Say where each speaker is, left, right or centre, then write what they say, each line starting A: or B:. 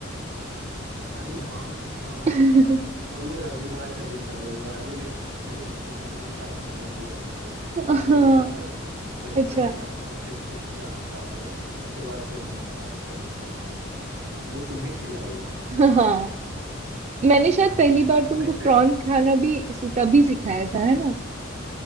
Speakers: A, on the right; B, on the right.
A: अरे हाँ हाँ
B: <laughs>
A: हाँ हाँ और वो रविवार का दिन था रविवार के दिन मुझे नॉनवेज खाने से सख्त मना किया गया
B: हाँ
A: मैं पहले खाता था बचपन
B: अच्छा
A: में खाता था फिफ्थ सिक्स क्लास में खाता था लेकिन उसके बाद फिर नहीं खाया कभी प्रॉन वॉन में वो तुम ही खिलाई हो
B: हाँ मैंने शायद
A: हम्म,
B: पहली बार तुमको
A: मैं शायद
B: प्रॉन खाना भी तभी सिखाया था है ना